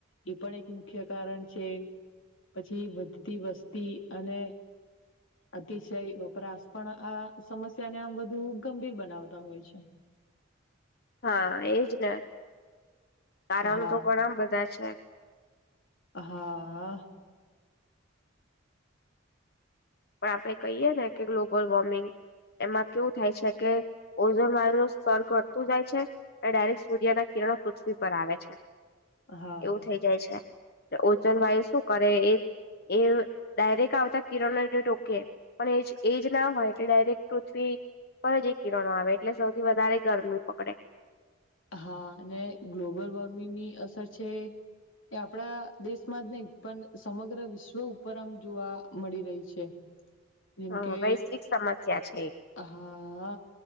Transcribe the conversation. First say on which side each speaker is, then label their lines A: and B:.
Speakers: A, on the left; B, on the left.
A: એ પણ એક મુખ્ય કારણ છે. પછી વધતી વસ્તી અને અતિશય, વપરાશ પણ આ સમસ્યાને આમ વધુ ગંભીર બનાવતા હોય છે.
B: હા, એજ ને કારણ
A: હા
B: તો ઘણા બધા છે.
A: હા
B: પણ આપડણે કહીએ, ને કે ગ્લોબલ વોર્મિંગ. એમાં કેવું થાય છે, કે ઓઝોન વાળુંનું સ્તર ઘટતું જાય છે, અને ડાયરેક્ટ સૂર્યના હવ, પૃથ્વી પર આવે છે
A: હા
B: એવું થઇ જાય છે. ઓચન વાય શુ, કરે એ એ ડાયરેક્ટ આવતા કિરણ ટોકે પણ એ એજ ના હોય, એટલે ડાયરેક્ટ પૃથ્વી ફજ, એક કિરણો આવે એટલે સૌથી વધારે ગરમી પકડે
A: હા, અને ગ્લોબલ વોર્મિંગ ની અસર છે. એ આપણા દેશમાં જ નહી, પણ સમગ્ર વિશ્વ ઉપર આમ જોવા મળી રહી છે. જેમકે
B: હા, વૈશ્વિક સમસ્યા છે.
A: હા